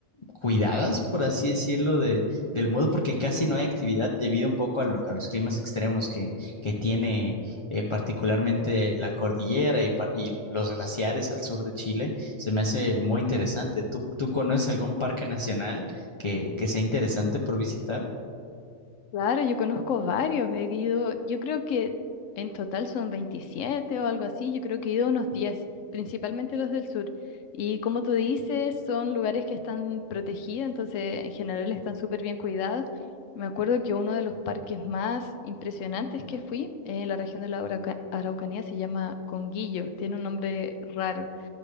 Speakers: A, on the left; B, on the left.
A: cuidadas, por así decirlo, de, del mundo, porque casi no hay actividad debido un poco a, lo- a los climas extremos que, que tiene eh, particularmente la cordillera y, par- y los glaciares al sur de Chile. Se me hace muy interesante. ¿Tú, tú conoces algún parque nacional que, que sea interesante por visitar?
B: Claro, yo conozco varios. He ido, yo creo que en total son 27 o algo así. Yo creo que he ido a unos 10, principalmente los del sur. Y como tú dices, son lugares que están protegidos, entonces en general están súper bien cuidados. Me acuerdo que uno de los parques más impresionantes que fui en la región de la Arauca- Araucanía se llama Conguillo. Tiene un nombre raro.